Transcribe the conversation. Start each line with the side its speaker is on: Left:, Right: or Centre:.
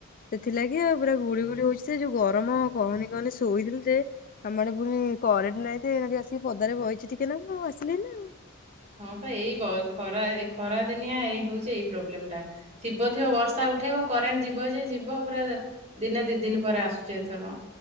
Left: ସେଥିଲାଗି ଆଉ ପୁରା ଗୁଳି ଗୁଳି ହଉଛି ସେ ଯୋଉ ଗରମ କହନି କହନି ଶୋଇଥିଲୁ ଯେ ଆମ ଆଡେ ପୁଣି କରେଣ୍ଟ ନାଇଁ ଯେ ଖାଲି ଆସିକି ପଦାରେ ବଇଚି ଟିକେ ନାକୁ ଆସିଲି ଏଇନା। ଆଉ।
Right: ହଁ, ପା ଏଇ ଖରା ଏ ଖରା ଦିନିଆ ଏଇ ହଉଛି ଏଇ ପ୍ରୋବ୍ଲେମ ଟା ଥିବ ଥିବ ବର୍ଷା ଉଠେଇବ କରେଣ୍ଟ ଯିବ ଯେ ଯିବ ପୁରା ଦିନେ ଦି ଦିନ ପରେ ଆସୁଛି ଏଥର।